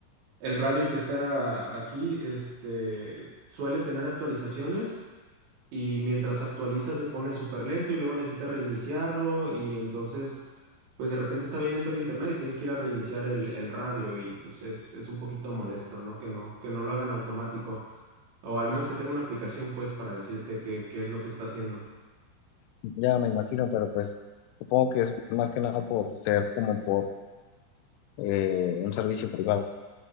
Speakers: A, on the right; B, on the left.
A: El radio que está aquí, este, suele tener actualizaciones y mientras actualiza se pone súper lento y luego necesita reiniciarlo y entonces, pues de repente está bien lento el internet y tienes que ir a reiniciar el, el radio y pues es, es un poquito molesto, ¿no? Que no, que no lo hagan automático o al menos que tenga una aplicación pues para decirte qué, qué es lo que está haciendo.
B: ya me imagino, pero pues supongo que es más que nada por ser como por eh, un servicio privado.